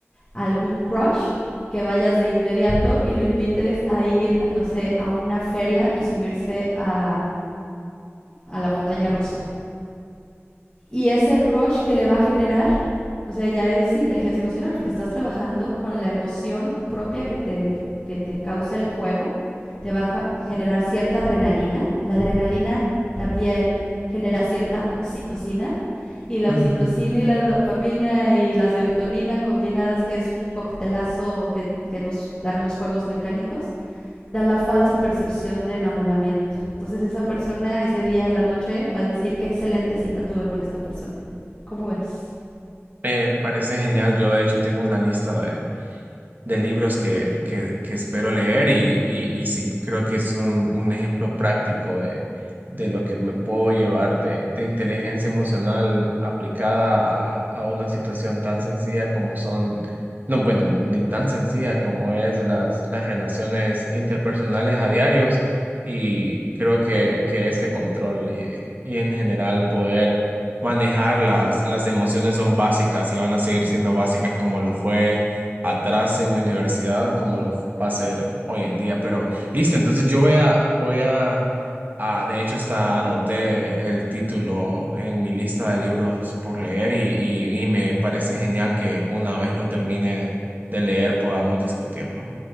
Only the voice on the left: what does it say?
algún crush, que vayas de inmediato y lo invites a ir, no sé, a una feria y subirse a, a la montaña rusa y ese rush que le va a generar, o sea, ya es inteligencia emocional porque estás trabajando con la emoción propia que te, que te causa el juego, te va a ja- generar cierta adrenalina, la adrenalina también genera cierta oxitocina y la
oxitocina y la dopamina y la serotonina combinadas que es un coctelazo que, que nos dan los juegos mecánicos da la falsa percepción de enamoramiento. Entonces esa persona ese día en la noche va a decir qué excelente cita tuve con esta persona. ¿Cómo ves?